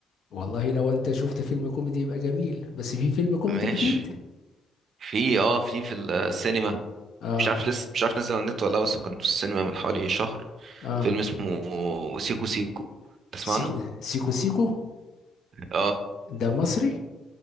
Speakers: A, on the left; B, on the right.
A: والله لو انت شفت فيلم كوميدي يبقى جميل بس في فيلم كوميدي
B: ماشي
A: جديد
B: في اه في في السينما
A: اه
B: مش عارف لسه مش عارف نزل على النت ولا لا، بس هو كان في السينما من حوالي شهر
A: اه
B: فيلم اسمه سيكو سيكو تسمع
A: سيكو
B: عنه
A: سيكو سيكو
B: اه
A: ده مصري